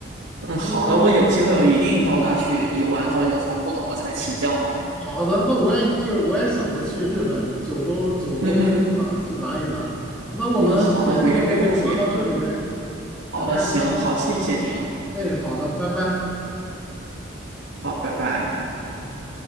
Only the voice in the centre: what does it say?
嗯
好的，那我也就是我也想着去日本九州九州是吧，
去玩一玩。那我们今天就聊到这里呗，
很开心。
哎，好的，拜拜。
嗯。